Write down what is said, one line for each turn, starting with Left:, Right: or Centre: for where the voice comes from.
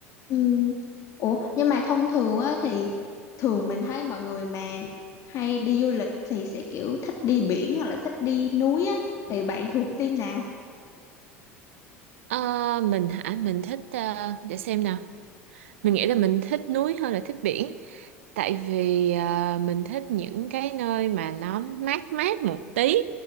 Left: ừ. Ủa nhưng mà thông thường á thì thường mình thấy mọi người mà hay đi du lịch thì sẽ kiểu thích đi biển hoặc là thích đi núi á thì bạn thuộc team nào?
Right: Ờ, mình hả? Mình thích ờ, để xem nào. mình nghĩ là mình thích núi hơn là thích biển tại vì à, mình thích những cái nơi mà nó mát mát một tí